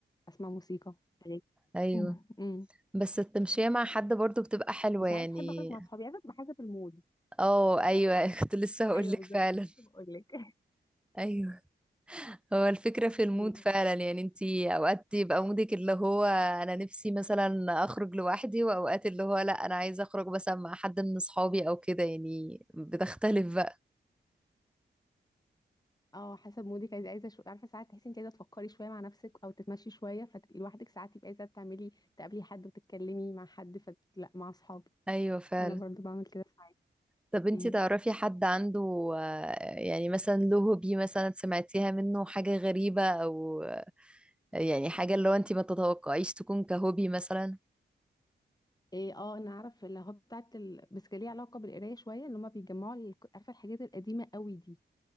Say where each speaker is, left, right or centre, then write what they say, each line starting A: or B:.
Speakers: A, on the left; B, in the centre.
A: اسمع موسيقى <laughs> أغاني.
B: ايوه
A: مم. امم
B: بس التمشية مع حد برضو بتبقى حلوة
A: وساعات
B: يعني
A: بحب اخرج مع اصحابي عارفه بتبقى حسب المود
B: اه ايوه <laughs> كنت لسه هقولك
A: ايوه بالظبط
B: فعلا
A: لسه بقول لك
B: ايوه هو الفكرة
A: <laughs>
B: في المود
A: امم
B: فعلا يعني انتي اوقات يبقى مودك اللي هو انا نفسي مثلا اخرج لوحدي واوقات اللي هو لا انا عايزة اخرج مثلا مع حد من اصحابي او كده يعني بتختلف بقى
A: اه حسب مودك عايزه عايزه شو... عارفه ساعات تحسي انت عايزه تفكري شويه مع نفسك او تتمشي شويه فتبقي لوحدك ساعات تبقي عايزه تعملي تقابلي حد وتتكلمي مع حد فلا مع اصحابي
B: ايوه فعلا
A: انا برضو بعمل كده ساعات
B: طب انتي
A: امم.
B: تعرفي حد عنده آه، يعني مثلا له هوبي مثلا سمعتيها منه حاجة غريبة او آه، يعني حاجة اللي هو انتي ما تتوقعيش تكون كهوبي مثلا
A: ايه اه انا عارف اللي هو بتاعت ال... بس كان ليه علاقه بالقرايه شويه ان هما بيجمعوا ال... عارفه الحاجات القديمه قوي دي